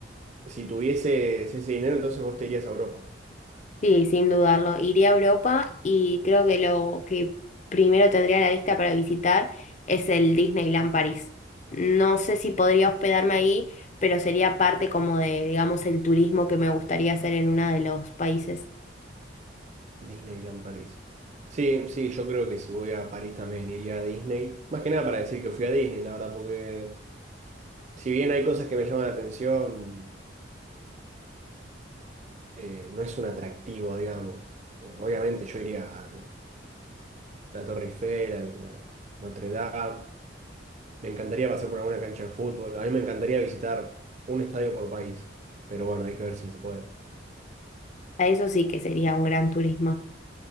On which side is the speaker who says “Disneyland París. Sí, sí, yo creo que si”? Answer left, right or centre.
Right